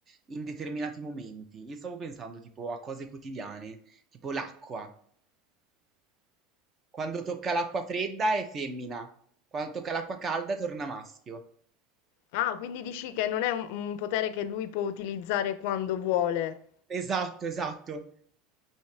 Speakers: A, on the right; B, on the left.
A: in determinati momenti. Io stavo pensando tipo a cose quotidiane, tipo l'acqua. Quando tocca l'acqua fredda è femmina, quando tocca l'acqua calda torna maschio.
B: Ah, quindi dici che non è un, un potere che lui può utilizzare quando vuole.
A: Esatto, esatto.